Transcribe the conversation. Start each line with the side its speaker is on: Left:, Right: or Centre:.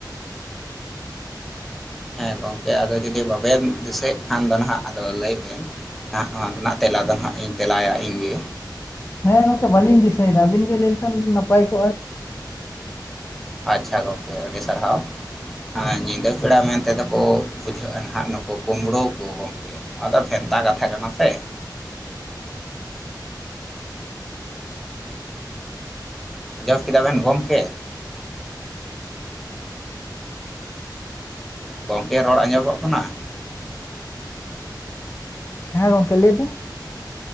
Centre: ᱦᱮᱸ ᱜᱚᱝᱠᱮ ᱟᱫᱚ ᱡᱩᱫᱤ ᱵᱟᱵᱮᱢ ᱫᱤᱥᱟᱹᱜ ᱠᱷᱟᱱ ᱫᱚ ᱱᱟᱦᱟᱸᱜ ᱟᱫᱚ ᱞᱟᱹᱭ ᱵᱮᱱ ᱱᱟᱜ ᱱᱚᱣᱟ ᱨᱮᱱᱟᱜ ᱛᱮᱞᱟ ᱫᱚ ᱦᱟᱸᱜ ᱤᱧ ᱛᱮᱞᱟᱭᱟ ᱤᱧᱜᱮ
Left: ᱦᱮᱸ ᱜᱚᱝᱠᱮ ᱵᱟᱹᱞᱤᱧ ᱫᱤᱥᱟᱹᱭ ᱫᱟ ᱟᱹᱵᱤᱱ ᱜᱮ ᱞᱟᱹᱭ ᱞᱮᱠᱷᱟᱱ ᱱᱟᱯᱟᱭ ᱠᱚᱜᱼᱟ
Centre: ᱟᱪᱪᱷᱟ ᱜᱚᱝᱠᱮ ᱟᱹᱰᱤ ᱥᱟᱨᱦᱟᱣ ᱟᱨ ᱧᱤᱫᱟᱹ ᱯᱮᱲᱟ ᱢᱮᱱᱛᱮᱫᱚ ᱠᱚ ᱵᱩᱡᱷᱟᱹᱜᱼᱟ ᱱᱟᱦᱟᱸᱜ ᱱᱩᱠᱩ ᱠᱩᱢᱵᱩᱲᱳᱣ ᱠᱚ ᱜᱚᱝᱠᱮ ᱟᱫᱚ ᱵᱷᱮᱱᱛᱟ ᱠᱟᱛᱷᱟ ᱠᱟᱱᱟ ᱥᱮ ᱟᱸᱡᱚᱢ ᱠᱮᱫᱟ ᱵᱮᱮᱱ ᱜᱚᱝᱠᱮ ᱜᱚᱝᱠᱮ ᱨᱚᱲ ᱟᱸᱡᱚᱢᱚᱜ ᱠᱟᱱᱟ
Left: ᱦᱮᱸ ᱜᱚᱝᱠᱮ ᱞᱟᱹᱭᱵᱤᱱ